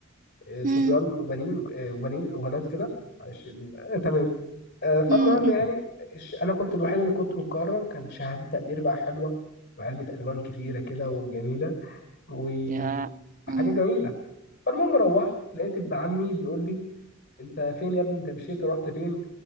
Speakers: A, on the left; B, on the right.
A: آه، صبيان
B: أم،
A: وبنين آه، وبنات وبنات كده معلش ال- آه، تمام آه، فالمهم
B: أم، أم،
A: يعني الش- أنا كنت الوحيد اللي كنت مكرم كان شهادة تقدير بقى حلوة وعلبة ألوان كبيرة كده وجميلة وحاجة
B: يا أم،
A: جميلة فالمهم روحت لقيت ابن عمي بيقول لي أنت فين يا ابني أنت مشيت رحت فين